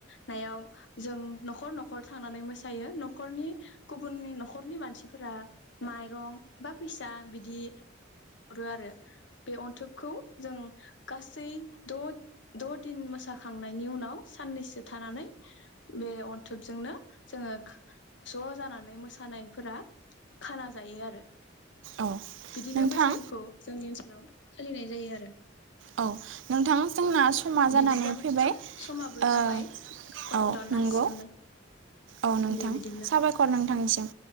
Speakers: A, on the left (about 65°); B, on the right (about 70°).
A: नायाव जों नखर नखर थांनानै मोसायो नखरनि गुबुननि नखरनि मानसिफोरा माइरं बा फैसा बिदि हरो आरो बे अन्थोबखौ जों गासै द द दिन मोसाखांनायनि उनाव साननैसो थानानै बे अन्थोबजोंनो जोङो ज जानानै मोसानायफोरा खाना जायो आरो
B: औ
A: बिदिनो
B: नोंथां
A: बैसागुखौ जोंनि ओनसोल लाव सोलिनाय जायो आरो
B: औ नोंथां जोंना समा जानानै
A: बिदिब्ला
B: फैबाय
A: नोंथां समाबो
B: ओ औ
A: जाबाय कलखौ दाननो
B: नंगौ
A: हासिगोन दा
B: औ नोंथां
A: दे बिदिब्ला
B: साबायखर नोंथांनिसिम